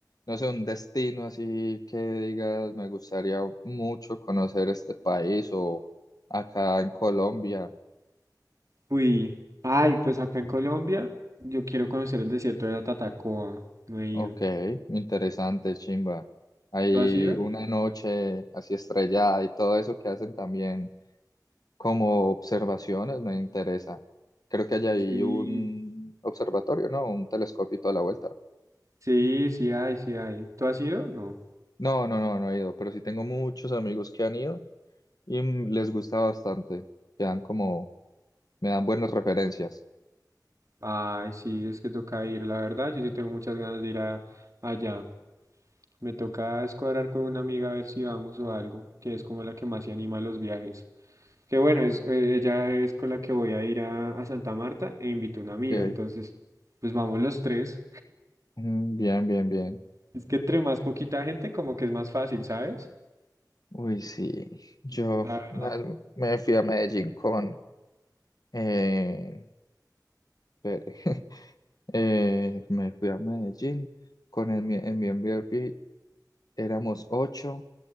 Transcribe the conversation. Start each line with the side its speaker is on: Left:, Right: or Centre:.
Left: no sé, un destino así que digas, me gustaría mucho conocer este país o acá en Colombia.
Right: Uy, ay, pues acá en Colombia yo quiero conocer el desierto de la Tatacoa, no he ido.
Left: Ok, interesante, chimba. Hay
Right: ¿Tú has ido?
Left: una noche así estrellada y todo eso que hacen también como observaciones, me interesa. Creo que allá hay
Right: Sí.
Left: un observatorio, ¿no? Un telescopio y toda la vuelta.
Right: Sí, sí hay, sí hay. ¿Tú has ido? No.
Left: No, no, no, no he ido, pero sí tengo muchos amigos que han ido y mm, les gusta bastante. Quedan como, me dan buenas referencias.
Right: Ay, sí, es que toca ir, la verdad, yo sí tengo muchas ganas de ir a, allá. Me toca escuadrar con una amiga a ver si vamos o algo, que es como la que más se anima a los viajes. Que bueno, es, eh, ella es con la que voy a ir a, a Santa Marta e invito a una amiga.
Left: Ok.
Right: Entonces, pues vamos los tres.
Left: Mm, Bien, bien, bien.
Right: Es que entre más poquita gente, como que es más fácil, ¿sabes?
Left: Uy, sí. Yo
Right: La verdad.
Left: na- me fui a Medellín con... Eh, espere. <laughs> Eh, me fui a Medellín con el, mi- en mi Airbnb. Éramos ocho